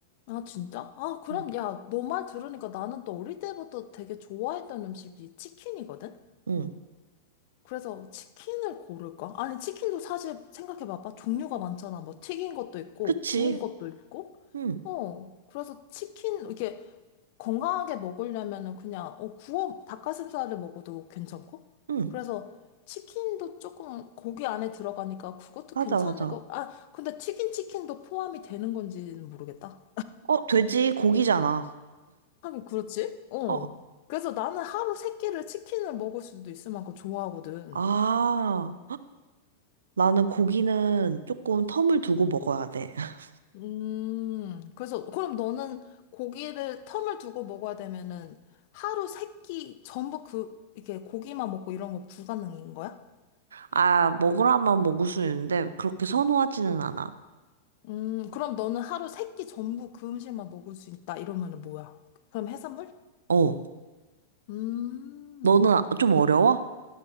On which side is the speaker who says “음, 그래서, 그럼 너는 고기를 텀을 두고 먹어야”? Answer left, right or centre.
Left